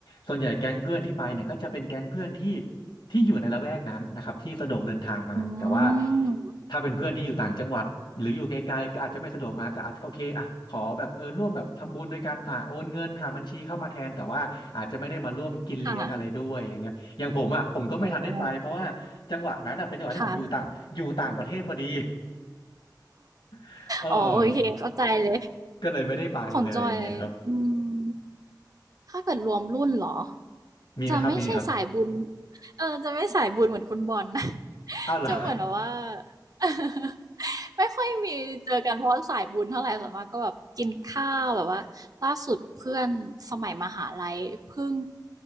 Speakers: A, on the left; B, on the right.
A: ส่วนใหญ่แก๊งเพื่อนที่ไปเนี่ยก็จะเป็นแก๊งเพื่อนที่ที่อยู่ในละแวกนั้นนะครับที่สะดวกเดินทางมาแต่ว่า
B: อืม
A: ถ้าเป็นเพื่อนที่อยู่ต่างจังหวัดหรืออยู่ไกลๆก็อาจจะไม่สะดวกมาก็อาจจะโอเคอ่ะขอแบบเออร่วมแบบทำบุญด้วยกันอ่ะโอนเงินผ่านบัญชีเข้ามาแทนแต่ว่าอาจจะไม่ได้มาร่วมกินเลี้ยงอะไรด้วยอย่างเงี้ยอย่างผมอ่ะผมก็ไม่ทันได้ไปเพราะว่าจังหวะนั้นอ่ะเป็นจังหวะที่ผมอยู่ต่างอยู่ต่างประเทศพอดี
B: ค่ะโอ้โฮค่ะ
A: <laughs> เออ
B: อ๋อโอเคเข้าใจเลย
A: ก็เลยไม่ได้ไปเลยไงครับ
B: ของจอยอืม ถ้าเกิดรวมรุ่นเหรอ
A: มีไหมครับ
B: จะไม่ใช่สายบุญ
A: มีไหมครับ
B: เออจะไม่สายบุญเหมือนคุณบอลนะ <laughs>
A: อ้าวเหรอ
B: จะเหมือนแบบว่า <laughs> ไม่ค่อยมีเจอกันเพราะสายบุญเท่าไหร่ส่วนมากก็แบบกินข้าวแบบว่าล่าสุดเพื่อนสมัยมหาลัยเพิ่ง